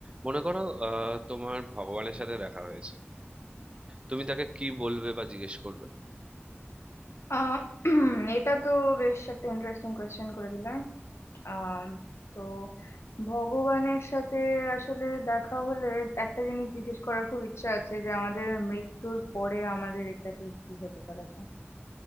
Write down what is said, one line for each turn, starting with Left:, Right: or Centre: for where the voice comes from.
Right: মনে করো আহ তোমার ভগবানের সাথে দেখা হয়েছে তুমি তাকে কি বলবে বা জিজ্ঞেস করবে
Left: আহ <clears throat> এটা তো বেশ একটা ইন্টারেস্টিং কোয়েশ্চেন করে দিলাম আম, তো ভগবানের সাথে আসলে দেখা হলে একটা জিনিস জিজ্ঞেস করার খুব ইচ্ছা আছে যে আমাদের মৃত্যুর পরে আমাদের এক্স্যাক্টলি কি হতে পারে আচ্ছা,